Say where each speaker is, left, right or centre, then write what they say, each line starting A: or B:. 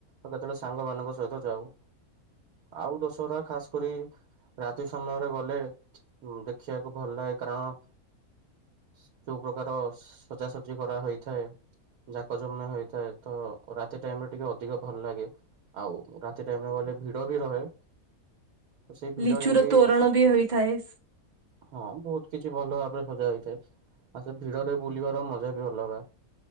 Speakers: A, on the right (about 85°); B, on the right (about 30°).
A: ଆଉ କେତେବେଳେ ସାଙ୍ଗ ମାନଙ୍କ ସହିତ ଯାଉ। ଆଉ ଦଶହରା ଖାସ କରି, ରାତି ସମୟରେ ଗଲେ, ଦେଖିବାକୁ ଭଲ ଲାଗେ କାରଣ, ଯୋଉ ପ୍ରକାର ସଜାସଜି କରାହୋଥାଏ। ଯାକ ଜମ୍ୟ ହେଇଥାଏ ତ, ରାତି ଟାଇମ ରେ ଟିକେ ଅଧିକ ଭଲ ଲାଗେ। ଆଉ ରାତି ଟାଇମ ରେ ଗଲେ ଭିଡ ବି ରହେ। ତ ସେଇ ଭିଡରେ
B: ଲିଚୁର
A: ବି
B: ତୋରଣ ବି ହୋଇଥାଏ।
A: ହଁ ବହୁତ କିଛି ଭଲ ଭାବରେ ସଜା ହେଇଥାଏ। ଆଉ ସେ ଭିଡ ରେ ବୁଲିବାର ମଜା ବି ଅଲଗା।